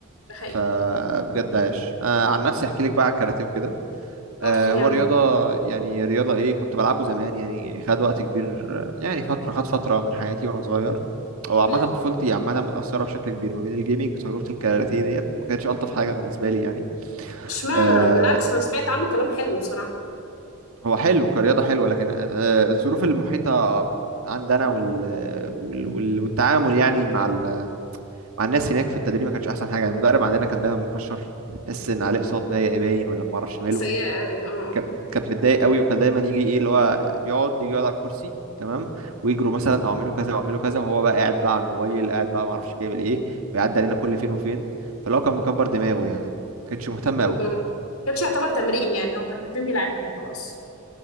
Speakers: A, on the left; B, on the right.
A: ده حقيقي
B: فبجد عايش أنا عن نفسي احكي لك بقى على الكاراتيه وكده آه
A: اه احكي لي
B: هو
A: عنه
B: رياضة يعني رياضة ايه كنت بلعبه زمان يعني خد وقت كبير يعني فترة خد فترة من حياتي وانا صغير او عامة
A: حلو
B: طفولتي عامة متأثرة بشكل كبير ما بين الجيمنج وتجربة الكاراتيه ديت ما كانتش ألطف حاجة بالنسبة لي يعني
A: اشمعنى
B: آه،
A: بالعكس انا سمعت عنه كلام حلو بصراحة
B: هو حلو كرياضة حلوة لكن آه، آه، الظروف المحيطة عندنا وال... وال... وال... والتعامل يعني مع ال... مع الناس هناك في التدريب ما كانش أحسن حاجة يعني المدرب عندنا كان دايما مكشر تحس إن عليه إقساط نايق باين ولا ما أعرفش ماله
A: سيئة قوي اه
B: ك...
A: اه
B: كانت متضايق قوي وكان دايما يجي إيه اللي هو بيقعد يجي يقعد على الكرسي تمام ويجروا مثلا أو أعملوا كذا وأعملوا كذا وهو بقى قاعد بقى على الموبايل قاعد بقى ما أعرفش بيعمل إيه ويعدي علينا كل فين وفين فلو كان مكبر دماغه يعني ما كانش مهتم قوي
A: أمم. ما كانش يعتبر تمرين يعني او كانوا عارفين بيلعبكم وخلاص